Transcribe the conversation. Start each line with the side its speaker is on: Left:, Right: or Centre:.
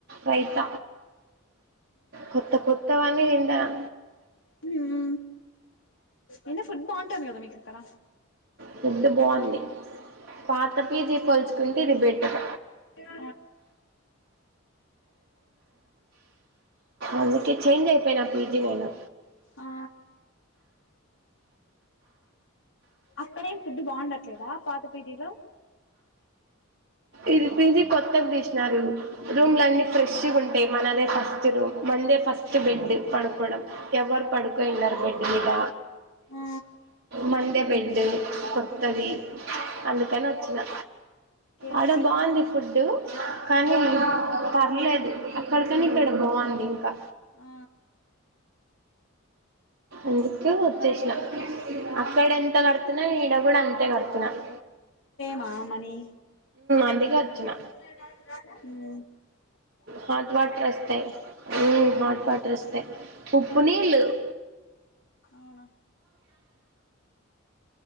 Right: రైత కొత్త కొత్తవన్నీ తింటను
Left: హ ఎన్న ఫుట్ బా ఉంటుంది కదా మీకు అక్కడ
Right: ఫుడ్ బాగుంది పాత పిజీ పోల్చుకుంట ఇది పెట్టర్
Left: ఆ
Right: అందుకే చేంజ్ అయిపోయినా పీజీ నైను
Left: ఆ అక్కడేం ఫుడ్డు బాగుండచ్చ దా పాత పీదలో
Right: ఇదిపిించి కొత్తగా తీసినారు రూమ్ న్నిీ ఫ్రెష్ ఉంటాయి మననే ఫస్ట్ రూమ్ మందే ఫస్ట్ బెడ్ పడుకోవడం ఎవరు పడుకో వెళ్ళన్నారు బెడ్ మీద
Left: ఆ
Right: మందె బెడ్డు కొత్త్తరి అందుకని వచ్చినా
Left: ఓకే ఓకే
Right: అక్కడ బాగుంది ఫుడ్డు కానీ
Left: ఆ
Right: పర్లేదు అక్కడికని ఇక్కడ బాగుంది ఇంకా
Left: ఆ
Right: ఎందుకు వచ్చేష్టం అక్క ఇడ ఎంత కడుతున్నా ఇంకాడ కూడా అంతే కడుతున్నాను
Left: మామనీ
Right: అందుకే వచ్చిన
Left: హ
Right: హాట్ వాటర్ వస్తాయి హాట్ వాటర్ వస్తాయి ఉప్పు నీళ్ళు ప
Left: అవునా